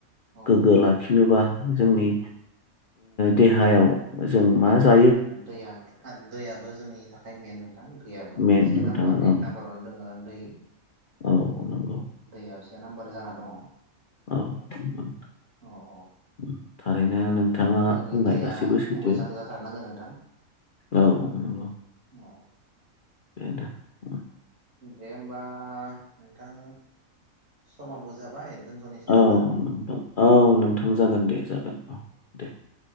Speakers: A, on the right; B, on the left.
A: औ
B: गोग्गो लाखिनोबा जोंनि देहायाव जों मा जा
A: दैया दैयाबो जोंनि थाखाय मेन नोंथां दैयाबो
B: मेन
A: से
B: नोंथां
A: नाम्बार
B: औ
A: एक नाम्बारावनो दोङो दै।
B: औ नंगौ।
A: दैया से नाम्बारि जाना दङ।
B: औ नंगौ नोंथां
A: अ अ
B: उम, थारैनो नोंथाङा
A: जोंनि
B: बुंनाय
A: दैया
B: गासैबो सैथो
A: मोजां जाथारनांगोन नोंथां।
B: औ नंगौ।
A: अ
B: बे दा उम्म
A: दे होमबा नोंथां समाबो जाबाय। दोनथ'नोसै नामा
B: औ नोंथां औ नोंथां जागोन दे जागोन औ दे